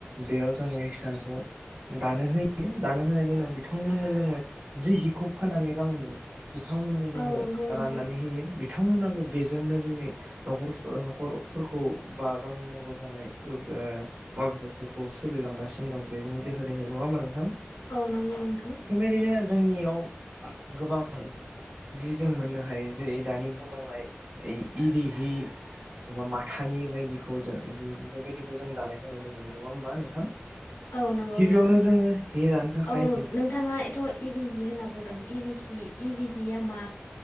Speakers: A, on the right (about 60°); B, on the left (about 75°).
A: बेयाव जोङो हिसानखौ दानो होयो यो दानो होनायनि उनाव बिथांमोननो जोङो जि हिखौ फाननानै रां मोनो। बिथांमोननो जोङो
B: औ नंगौ नोंथां
A: राननानै होयो। बिथांमोनाबो बेजोंनो जोंनि न'खर न'खरफोरखौ बा गावनि नांगौ जानाय फोर ओ मुवा-बेसादफोरखौ सोलिलांगासिनो दं बेनि दोहोरैनो नङा होनबा नोंथां ओं
B: औ नंगौ नोंथां
A: बेबायदिनो जोंनियाव गोबां जि जों मोननो हायो जेरै दानि बुंलां बाय इरि हि, बा माथानि बायदिखौ जों बेबायदि जों दानायखौ नुनो मोनो नङा होमबा नोंथां
B: औ नंगौ
A: गिबियावनो
B: नोंथां।
A: जोङो हि दानो थाखाय
B: औ नोंथाङा एथ' इरिहि होनना बुंदों इरिहि इरिहिया मा